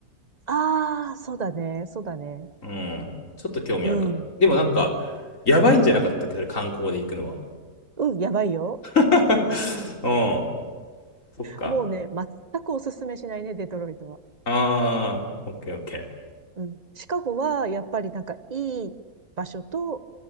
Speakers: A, on the right (about 30°); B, on the left (about 55°).
A: ああ、そうだね、そうだね。
B: うん。ちょっと興味あるな。
A: うん。
B: でもなんか、やばいんじゃなかったっけど、それ観光で行くのは。
A: うん、やばいよ。
B: <laughs> うん。そっか。
A: もうね、全くおすすめしないね、デトロイトは。
B: ああ、オッケーオッケー。
A: うん。シカゴは、やっぱりなんか、いい場所と